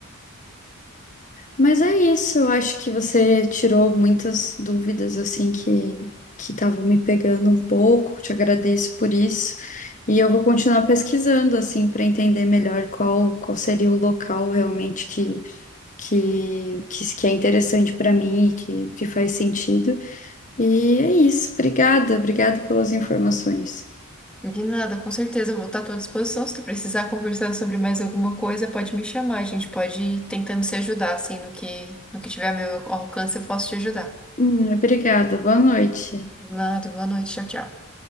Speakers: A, on the left (about 35°); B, in the centre.
A: Mas é isso, eu acho que você tirou muitas dúvidas assim que que estavam me pegando um pouco, te agradeço por isso. E eu vou continuar pesquisando assim para entender melhor qual qual seria o local realmente que que, que, que é interessante para mim e que, que faz sentido. E é isso. Obrigada, obrigada pelas informações.
B: De nada, com certeza, eu vou estar à tua disposição. Se tu precisar conversar sobre mais alguma coisa, pode me chamar. A gente pode ir tentando se ajudar, assim, no que, no que tiver a meu alcance, eu posso te ajudar.
A: Hum, obrigada, boa noite.
B: Nada, boa noite, tchau, tchau.